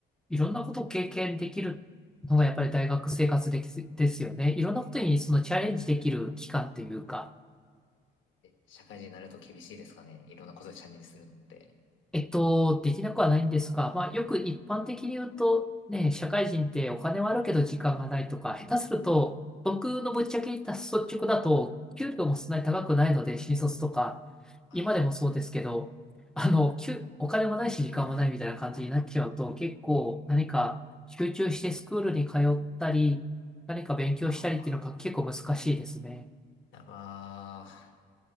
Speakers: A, in the centre; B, on the left.
A: いろんなことを経験できるのが、やっぱり大学生活ですですよね。いろんなことにそのチャレンジできる期間というか、
B: 社会人になると厳しいですかね。いろんなことにチャレンジするのって。
A: えっと、できなくはないんですが、まあ、よく一般的に言うと、ね、社会人ってお金はあるけど時間がないとか、下手すると、僕のぶっちゃけ言った率直だと、給料もそんなに高くないので、新卒とか、
B: はい。
A: 今でもそうですけど、あの、給お金もないし時間もないみたいな感じになっちゃうと、結構何か集中してスクールに通ったり、何か勉強したりっていうのが結構難しいですね。
B: ああ、やばー。